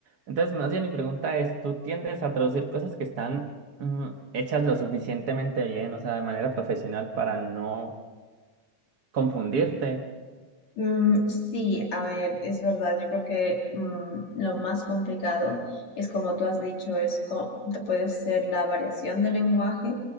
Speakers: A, on the right (about 85°); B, on the left (about 55°).
A: Entonces, más bien mi pregunta es, ¿tú tiendes a traducir cosas que están mm, hechas lo suficientemente bien, o sea, de manera profesional para no confundirte?
B: Mm, sí, a ver, es verdad, yo creo que mm, lo más complicado es como tú has dicho, es co- te puede ser la variación del lenguaje.